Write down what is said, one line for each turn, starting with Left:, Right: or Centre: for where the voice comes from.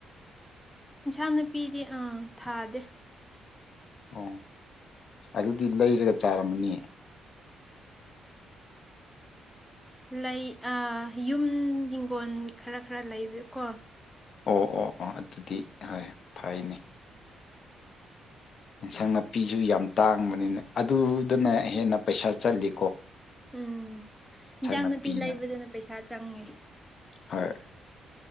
Centre: ꯏꯟꯁꯥꯡ ꯅꯨꯄꯤꯗꯤ ꯑꯥ ꯊꯥꯗꯦ
Left: ꯑꯣ ꯑꯗꯨꯗꯤ ꯂꯩꯔꯒ ꯆꯥꯔꯝꯃꯅꯤ
Centre: ꯂꯩ ꯌꯨꯝ ꯍꯤꯡꯒꯣꯜ ꯈꯔ ꯈꯔ ꯂꯩꯕ ꯀꯣ
Left: ꯑꯣ ꯑꯣ ꯑꯣ ꯑꯗꯨꯗꯤ ꯍꯣꯏ ꯐꯩꯅꯦ ꯏꯟꯁꯥꯡ ꯅꯥꯄꯤꯁꯨ ꯌꯥꯝ ꯇꯥꯡꯕꯅꯤꯅ ꯑꯗꯨꯗꯅ ꯍꯦꯟꯅ ꯄꯩꯁꯥ ꯆꯠꯂꯤ
Centre: ꯎꯝ ꯏꯟꯖꯥꯡ
Left: ꯅꯥꯄꯤꯅ
Centre: ꯅꯥꯄꯤ ꯂꯩꯕꯗꯅ ꯄꯩꯁꯥ ꯆꯪꯉꯦ
Left: ꯍꯣꯏ